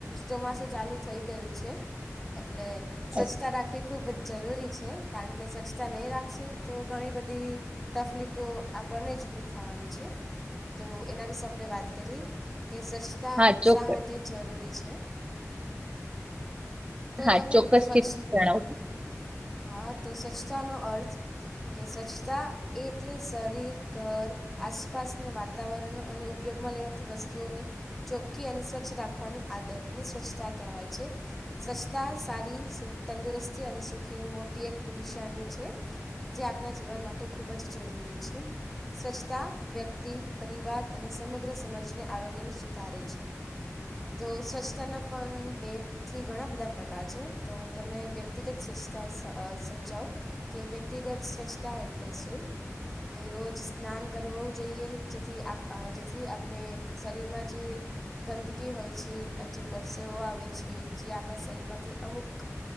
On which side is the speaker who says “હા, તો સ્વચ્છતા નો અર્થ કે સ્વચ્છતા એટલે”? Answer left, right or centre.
Centre